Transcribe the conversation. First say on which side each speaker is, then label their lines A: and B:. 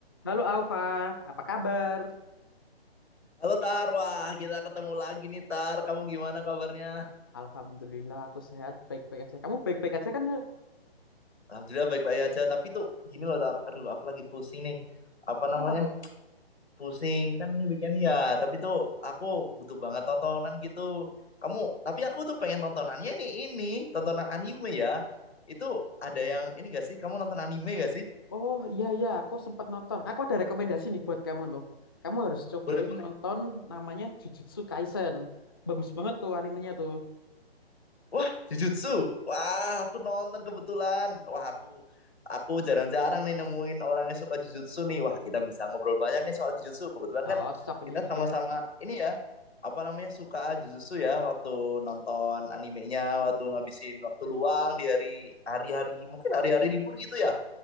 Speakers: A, on the left (about 25°); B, on the left (about 85°).
A: Halo Alfa, apa kabar?
B: Halo Tar, wah kita ketemu lagi nih Tar. Kamu gimana kabarnya?
A: Alhamdulillah aku sehat, baik-baik aja. Kamu baik-baik aja kan? Hel?
B: Alhamdulillah baik-baik aja. Tapi tuh gini loh Tar, aduh aku lagi pusing nih. Apa
A: Kenapa
B: namanya?
A: tuh?
B: Pusing kan ini weekend ya. Tapi tuh aku butuh banget tontonan gitu. Kamu, tapi aku tuh pengen tontonannya nih ini, tontonan anime ya. Itu ada yang ini gak sih? Kamu nonton anime gak sih?
A: Oh iya iya, aku sempat nonton. Aku ada rekomendasi nih buat kamu tuh. Kamu harus cobain
B: Boleh boleh.
A: nonton namanya Jujutsu Kaisen. Bagus banget tuh animenya tuh.
B: Wah, Jujutsu. Wah, aku nonton kebetulan. Wah, aku aku jarang-jarang nih nemuin orang yang suka Jujutsu nih. Wah, kita bisa ngobrol banyak nih soal
A: Wah,
B: Jujutsu. Kebetulan
A: cocok
B: kan kita
A: nih
B: sama-sama
A: ya.
B: ini ya, apa namanya suka Jujutsu ya waktu nonton animenya, waktu ngabisin waktu luang di hari hari-hari mungkin hari-hari libur gitu ya.